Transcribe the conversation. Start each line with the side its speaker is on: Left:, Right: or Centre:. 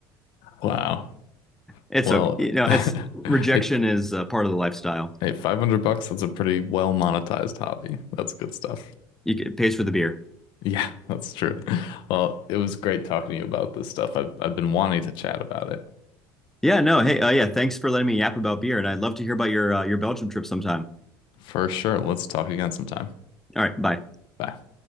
Left: Wow.
Centre: It's
Left: Well,
Centre: okay, you
Left: <laughs>
Centre: know, it's rejection
Left: it
Centre: is uh, part of the lifestyle.
Left: hey, 500 bucks, that's a pretty well monetized hobby. That's good stuff.
Centre: You, get, it pays for the beer.
Left: Yeah, <laughs> that's true. Well, it was great talking to you about this stuff. I've I've been wanting to chat about it.
Centre: Yeah, no, hey, uh, yeah, thanks for letting me yap about beer, and I'd love to hear about your uh, your Belgium trip sometime.
Left: For sure. Let's talk again sometime.
Centre: All right, bye.
Left: Bye.